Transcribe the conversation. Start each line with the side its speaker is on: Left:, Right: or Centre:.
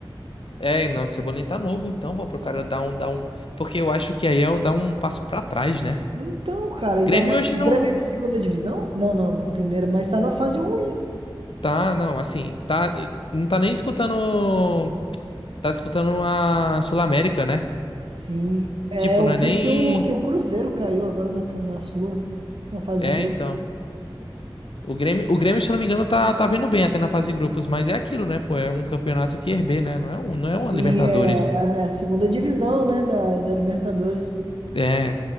Left: É, e não, o Cebolinha tá novo, então, pô, pro cara dar um, dar um. Porque eu acho que aí é o dar um passo pra trás, né?
Right: Então, cara, ainda
Left: Grêmio
Right: mais.
Left: hoje
Right: Grêmio
Left: não.
Right: é a segunda divisão? Não, não, é a primeira, mas tá na fase ruim.
Left: Tá, não, assim, tá. Não tá nem disputando. Tá disputando a Sul-América, né?
Right: Sim, é,
Left: Tipo,
Right: eu
Left: não
Right: vi
Left: é nem.
Right: que o, que o Cruzeiro caiu agora na, na Sula, na fase
Left: É,
Right: de grupo.
Left: então. O Grêmio, o Grêmio, se eu não me engano, tá, tá vindo bem até na fase de grupos, mas é aquilo, né, pô? É um campeonato Tier B, né? Não é, um, não
Right: Sim,
Left: é uma Libertadores.
Right: é, é a é a segunda divisão, né, da, da Libertadores.
Left: É.